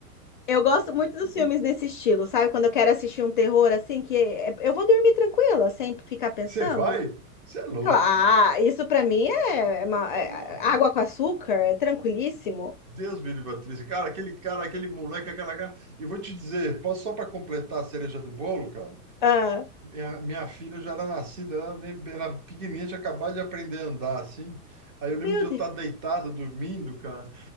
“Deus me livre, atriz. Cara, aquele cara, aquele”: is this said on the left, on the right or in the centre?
Right